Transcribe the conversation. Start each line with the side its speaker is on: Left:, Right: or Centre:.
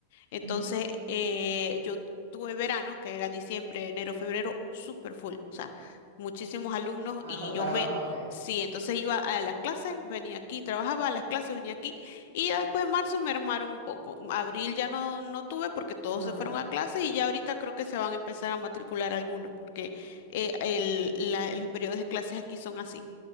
Left: Entonces,
Right: Ujú.
Left: eh, yo tuve verano, que era diciembre, enero, febrero, súper full, o sea, muchísimos alumnos
Right: Ah,
Left: y
Right: con trabajo,
Left: yo me,
Right: ok.
Left: sí, entonces iba a las clases, venía aquí, trabajaba a las clases, venía aquí y ya después en marzo me armaron un poco. Abril ya no, no tuve porque todos
Right: No
Left: se fueron
Right: tanto.
Left: a clases y ya ahorita creo que se van a empezar a matricular algunos, porque eh, el- la- los periodos de clases aquí son así